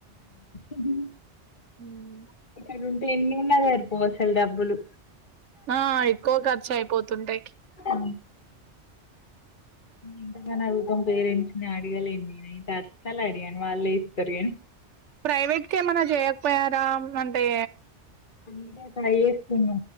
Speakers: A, on the left; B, on the right.
A: ఉమ్
B: హ
A: ఇక్కడ ఉంటే ఎన్నున్నా సరిపోవసలు డబ్బులు
B: ఆ ఎక్కువ ఖర్చైపోతుంటయ్
A: ఆ ఎంతకని అడుగుతం పేరెంట్స్ని అడగలేన్ నెనైతే అసాలడగను వాళ్లే ఇత్తరు గనీ
B: ప్రైవేట్ కేమనా జేయక్పోయారా అంటే
A: దుకే ట్రై చేస్తున్నా